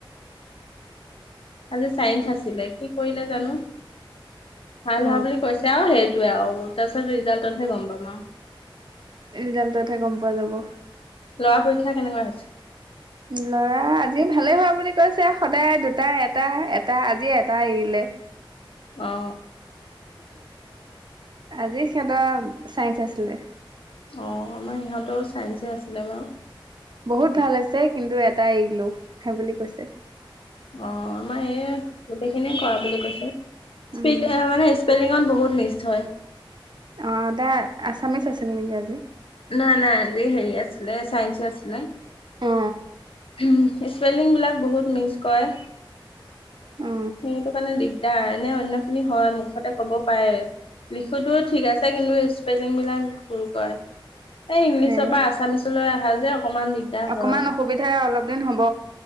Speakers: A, on the left; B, on the right.
A: আজি চাইন্স আছিলে, কি কৰিলে জানো! ভাল
B: অ
A: হোৱা বুলি কৈছে আৰু সেইটো সেইটোৱে আৰু তাৰপিছত ৰিজাল্টত হে গম পাম আও।
B: ৰিজাল্টততহে গম পোৱা যাব।
A: ল'ৰা পৰীক্ষা <unintelligible>
B: ল'ৰা আজি ভালে হোৱা বুলি কৈছে সদায় দুটা এটা এটা, আজি এটা এৰিলে।
A: অঁ।
B: আজি সিহঁতৰ চাইন্ঞ্চ আছিলিলে
A: অঁ আমাৰ ইিহঁতৰ চাইঞ্চে আছিলে বাৰু
B: বহুত ভাল হৈছে কিন্তু এটাাই এৰিলো সেই বুলি কৈছে
A: অ আমাৰ এই গোটেইখিনিয়ে কৰা বুলি কৈছে <unintelligible>
B: উম
A: স্প মানে স্পেলিঙত বহুত নিচ হয়
B: অ এটা আছামিচ আছিল নেকি আজি
A: নাই নাই আজি হেৰি আছিল চাইন্স আছিলে
B: অ
A: উম স্পেলিং বিলাক বহুত মিছ কৰে
B: অ অ
A: সেইটো কাৰণে দিগদাৰ নে ঐন্ন ইখিনি হয় মুখতে ক'ব পাৰে লিখোতো ঠিক আছে কিন্তু স্পেলিং বিলাক ভুল কৰে এই ইংলিছৰ
B: সেই
A: পৰা আছামিছ লৈ অহা যে অকমান দিগদাৰ
B: অকমান
A: হয়।
B: অসুবিধা অলপ দিন হ'ব।